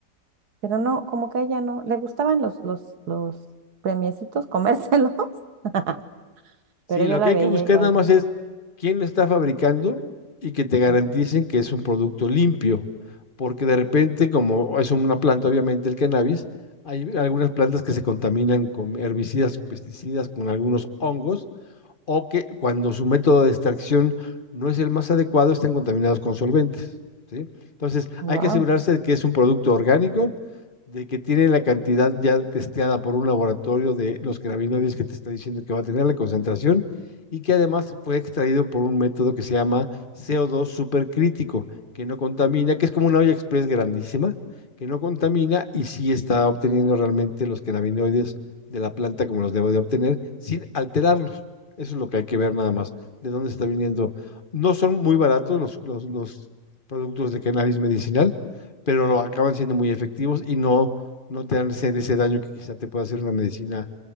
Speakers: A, on the right; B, on the left.
A: pero no, como que a ella no, le gustaban los, los, los premiecitos, comérselos, <laughs>
B: Sí,
A: pero yo
B: lo
A: la
B: que hay
A: veía
B: que buscar
A: igual
B: nada más
A: de,
B: es quién lo está fabricando y que te garanticen
A: ah,
B: que es un producto limpio, porque de repente, como es una planta, obviamente el cannabis, hay algunas plantas que se contaminan con herbicidas, pesticidas, con algunos hongos o que cuando su método de extracción no es el más adecuado, estén contaminados con solventes. ¿sí? Entonces,
A: wow.
B: hay que asegurarse de que es un producto orgánico, de que tiene la cantidad ya testeada por un laboratorio de los cannabinoides que te está diciendo que va a tener la concentración y que además fue extraído por un método que se llama CO2 supercrítico, que no contamina, que es como una olla express grandísima, que no contamina y sí está obteniendo realmente los cannabinoides de la planta como los debo de obtener sin alterarlos. Eso es lo que hay que ver nada más, de dónde está viniendo. No son muy baratos los, los, los productos de cannabis medicinal, pero acaban siendo muy efectivos y no, no te hacen ese daño que quizá te pueda hacer una medicina